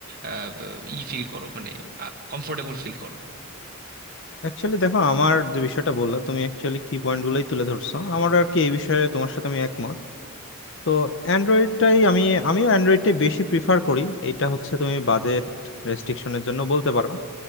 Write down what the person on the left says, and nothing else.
অ্যাকচুয়ালি দেখো আমার যে বিষয়টা বললাম তুমি অ্যাকচুয়ালি কি পয়েন্ট গুলোই তুলে ধরছো আমার আর কি এই বিষয়ে তোমার সাথে আমি একমত তো অ্যান্ড্রয়েডটাই আমি আমিও অ্যান্ড্রয়েডটাই বেশি প্রিফার করি এটা হচ্ছে তুমি বাজেট রেস্ট্রিকশনের জন্য বলতে পারো